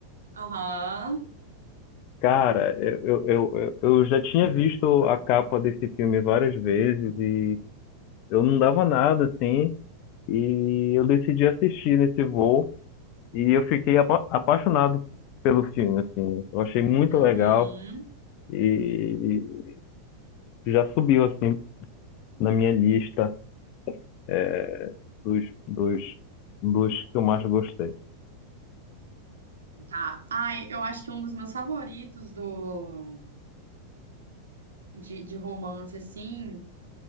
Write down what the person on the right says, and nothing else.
Aham.
Uhum.
Tá. Ai, eu acho que um dos meus favoritos do, de, de romance, assim,